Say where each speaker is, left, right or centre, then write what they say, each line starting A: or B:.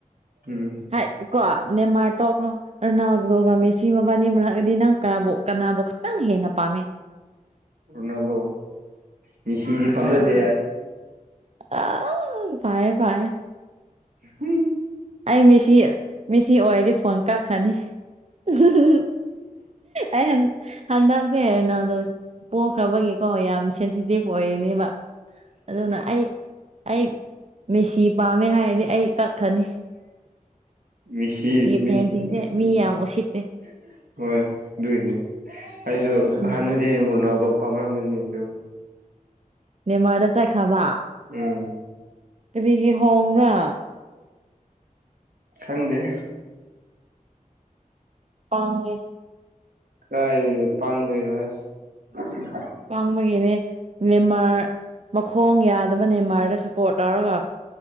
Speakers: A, on the right; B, on the right.
A: ꯎꯝ
B: ꯍꯥꯏ ꯀꯣ ꯅꯦꯃꯥꯔ ꯇꯣꯛꯈ꯭ꯔꯣ ꯔꯣꯅꯥꯜꯗꯣꯒ ꯃꯦꯁꯤ ꯃꯕꯥꯟꯅꯤ ꯃꯔꯛꯑꯥꯗꯤ ꯅꯪ ꯀꯔꯥꯕꯨ ꯀꯅꯥꯕꯨ ꯈꯇꯪ ꯍꯦꯟꯅ ꯄꯥꯝꯃꯤ
A: ꯔꯣꯅꯥꯜꯗꯣ ꯃꯤꯁꯤꯗꯤ
B: ꯑꯣ
A: ꯄꯥꯝꯖꯗꯦ
B: ꯑꯥꯎ ꯐꯥꯌꯦ ꯐꯥꯌꯦ
A: <unintelligible>
B: ꯑꯩ ꯃꯦꯁꯤ ꯃꯦꯁꯤ ꯑꯣꯏꯔꯗꯤ ꯐꯣꯟ ꯀꯛꯈ꯭ꯔꯅꯤ <unintelligible> ꯑꯩꯍꯟ ꯍꯟꯗꯛꯁꯦ ꯔꯣꯅꯥꯜꯗꯣ ꯄꯣꯛꯈ꯭ꯔꯕꯒꯤꯀꯣ ꯌꯥꯝ ꯁꯦꯟꯁꯤꯇꯤꯚ ꯑꯣꯏꯔꯤꯅꯦꯕ ꯑꯗꯨꯅ ꯑꯩ ꯑꯩ ꯃꯦꯁꯤ ꯄꯥꯝꯃꯦ ꯍꯥꯏꯔꯗꯤ ꯑꯩ ꯀꯛꯈꯅꯤ
A: ꯃꯤꯁꯤ ꯃꯤꯁꯤ
B: ꯐꯦꯟꯁꯤꯡꯁꯦ ꯃꯤ ꯌꯥꯝ ꯎꯁꯤꯠꯇꯦ
A: <inaudible> ꯍꯣꯏ ꯑꯗꯨꯏꯅꯤ ꯑꯩꯁꯨ
B: ꯎꯝ
A: ꯍꯥꯟꯅ ꯑꯦꯝ ꯔꯣꯅꯥꯜꯗꯣ ꯄꯥꯝꯔꯝꯕꯅꯤ ꯑꯗꯨ
B: ꯅꯦꯃꯥꯔꯗ ꯆꯠꯈ꯭ꯔꯕ
A: ꯎꯝ
B: ꯀꯔꯤꯒꯤ ꯍꯣꯡꯕ꯭ꯔꯥ
A: ꯈꯪꯗꯦ
B: ꯄꯪꯉꯦ
A: ꯀꯥꯏꯗꯒꯤ ꯄꯪꯗꯣꯏꯅꯣ ꯑꯁ <unintelligible>
B: ꯄꯪꯕꯒꯤꯅꯦ ꯅꯦꯃꯥꯔ ꯃꯈꯣꯡ ꯌꯥꯗꯕ ꯅꯦꯃꯥꯔꯗ ꯁꯄꯣꯔꯠ ꯇꯧꯔꯒ